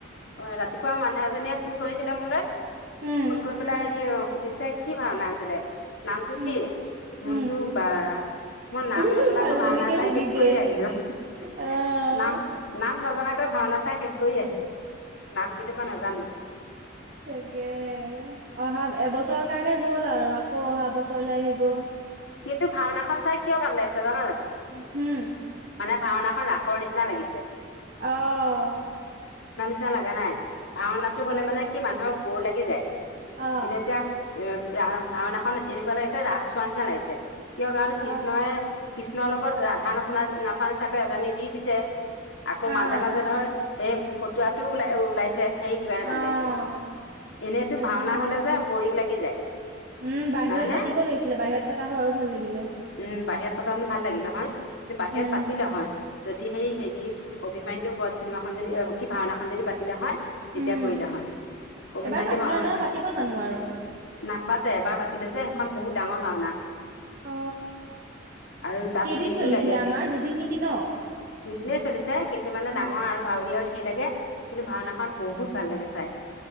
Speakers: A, on the left; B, on the right.
A: অ ৰাতিপুৱা মানুহ এজনীয়ে ফোন কৰিছিলে মোলৈ ।
B: উম,
A: ফোন কৰি পেলাই হেৰি অ সুধিছে কি ভাওনা আছিলে নামটো
B: উম।
A: কি ।
B: উম,
A: মোৰচো বা মই নাম
B: উম,
A: নজনাকৈ
B: ভালজনীকে
A: ভাওনা চাই
B: সুধিছে
A: শেষ কৰি আহিলো ।
B: অ',
A: নাম-নাম নজনাকৈ ভাওনা চাই শেষ কৰি আহিলো নাম কেতিয়াবা নাজানো ।
B: চাগে অহা এবছৰৰ কাৰনেে গ'ল আৰু আকৌ অহা বছৰ । চল আহিব ।
A: কিন্তু ভাওনাখন চাই কিয় ভাল লাগিছে জান জানে ।
B: হুম ।
A: ভাওনাখন ৰাসৰ নিচিনা লাগিছে ।
B: অহ ।
A: নিচিনা লগা নাই ভাওনাটো হলে মানে কি মানুহৰ বোৰ লাগি যায়
B: অ',
A: কিন্তু এতিয়া এ। ৰা ভাওনাখন এনেকুৱা লাগিছে ৰাস চোৱাৰ নিচা লাগিছে কিয় কাৰণ
B: অ',
A: কৃষ্ণইে কৃষ্ণৰ লগ লগত ৰাধা নচনা নচা হিচাপে নিচিনাকৈ এজনী দি দিছে আকৌ
B: অ',
A: মাজে মাজে ধৰ । এ ফটোৱাটো ওলাই ওলাইছে। সেইটো কাৰণে
B: অ',
A: ভাল লাগিছে এনেইতো
B: সেইটো
A: ভাওনা
B: হয়।
A: হলে যে বৰিং লাগি যায়।
B: উম বাহিৰত
A: নহয় নে
B: পাতিব লাগিছিলে বাহিৰত পতা হয় আৰু ভাল লাগিল।
A: উম বাহিৰত পতা মানে ভাল লাগিলে হয় কি বাহিৰত
B: উম
A: পাতিলো হয়। যদি সেই হেৰি অভিমান্যু বত চিনেমাখন যদি কি ভাওনাখন যদি পাতিলে হয়। তেতিয়া
B: উম
A: কৰিলে হয় অভিমান্যু
B: এবাৰ পাতিলা
A: আহ
B: নহয় পাতিব জানো আৰু
A: নাট। পাতে এবাৰ পাতিলে যে সেইখন বহুত ডাঙৰ ভাওনা।
B: অ
A: আৰু তাত
B: কেইদিন
A: হেৰিও
B: চলিছিলে
A: লাগে।
B: আমাৰ দুদিন নেকি ন
A: দুদিনেই চলিছে কিন্তু মানে
B: উম
A: ডাঙৰ আৰু ভাউৰীয়াও ধেৰ লাগে কিন্তু ভাওনাখন বহুত ভাল লাগে। চাই।